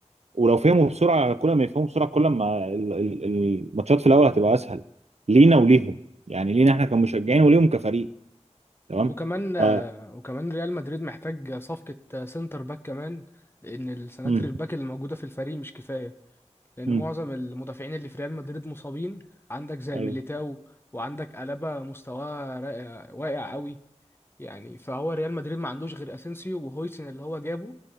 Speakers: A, on the right (about 65°); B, on the left (about 20°).
A: ولو فهموا بسرعه كل ما يفهموا بسرعه كل ما ال- ال- الماتشات في الاول هتبقى اسهل لينا وليهم يعني لينا احنا كمشجعين وليهم كفريق تمام
B: وكمان آه،
A: ف...
B: وكمان ريال مدريد محتاج صفقة آه، سنتر باك كمان لان السناتر
A: مم.
B: الباك اللي موجودة في الفريق مش كفاية لان
A: مم.
B: معظم المدافعين اللي في ريال مدريد مصابين عندك زي
A: ايوه
B: ميليتاو وعندك ألابا مستواه را- واقع قوي يعني فهو ريال مدريد ما عندوش غير اسينسيو وهويسن اللي هو جابه